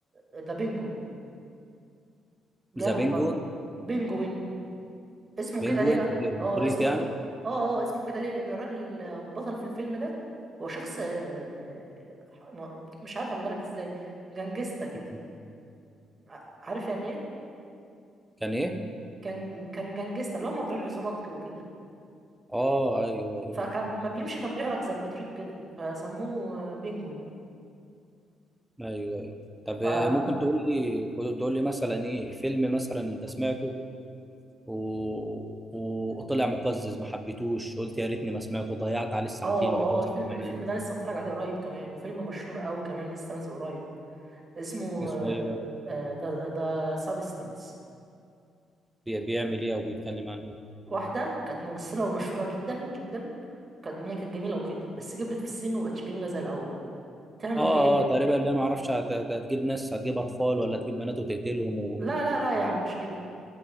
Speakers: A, on the right (about 35°); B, in the centre.
A: ذا بينجوين جامد
B: ذا بينجوين
A: برضه بينجوين اسمه
B: بينجوين
A: كده ليه بقى اه
B: بطريق
A: اسمه اه اه اسمه كده ليه لان الراجل آه، بطل في الفيلم ده هو شخص آه، ح- ن- مش عارف اجيبها لك ازاي جنجستا كده
B: يعني
A: ع- عارف يعني ايه
B: كان ايه
A: كان كان جنجستا اللي هم بتوع العصابات ك- وكده
B: اه ايوه ايوه
A: فكان لما بيمشي كان بيعرج زي البطريق كده فسموه آه، بينجوين
B: ايوه ايوه طب
A: ف
B: آه،
A: اه
B: ممكن تقول لي تقول لي مثلا ايه فيلم مثلا انت سمعته و... وطلع مقزز ما حبيتوش قلت يا ريتني ما سمعته ضيعت عليه الساعتين
A: اه
B: بتوع الامتحان
A: الفيلم الفيلم ده لسه متفرج عليه قريب كمان وفيلم مشهور قوي كمان لسه نازل قريب اسمه
B: اسمه ايه بقى
A: ذا ذا سابستنس
B: بي- بيعمل ايه او بيتكلم عن ايه
A: واحدة كانت ممثلة ومشهورة جدا جدا كانت إن هي كانت جميلة وكده بس كبرت في السن ومبقتش جميلة زي الأول تعمل
B: اه
A: إيه؟
B: اه تقريبا لا ما اعرفش هت... هت- هتجيب ناس هتجيب اطفال ولا هتجيب بنات وتقتلهم و...
A: لا لا لا يا عم مش كده